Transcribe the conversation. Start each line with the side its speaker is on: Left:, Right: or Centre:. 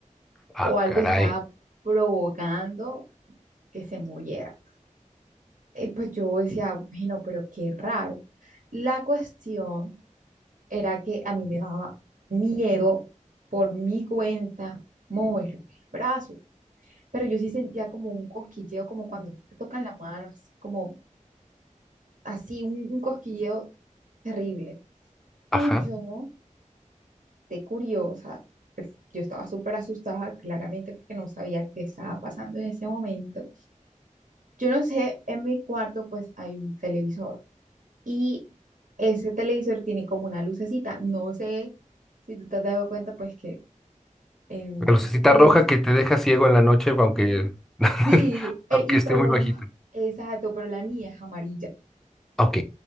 Centre: Ah,
Right: o algo
Centre: caray.
Right: estaba provocando que se moviera. Y pues yo decía, bueno, pero qué raro. La cuestión era que a mí me daba miedo por mi cuenta moverme el brazo, pero yo sí sentía como un cosquilleo, como cuando a ti te tocan la mano, así como así, un, un cosquilleo terrible. Y
Centre: Ajá.
Right: yo, de curiosa, pues, yo estaba súper asustada, claramente porque no sabía qué estaba pasando en ese momento. Yo no sé, en mi cuarto pues hay un televisor y ese televisor tiene como una lucecita. No sé si tú te has dado cuenta pues que en
Centre: La lucecita
Right: esos televisores...
Centre: roja que te deja ciego en la noche, aunque, <laughs>
Right: Sí, e-
Centre: aunque
Right: y
Centre: esté
Right: pero...
Centre: muy bajito.
Right: Exacto, pero la mía es amarilla.
Centre: Ok,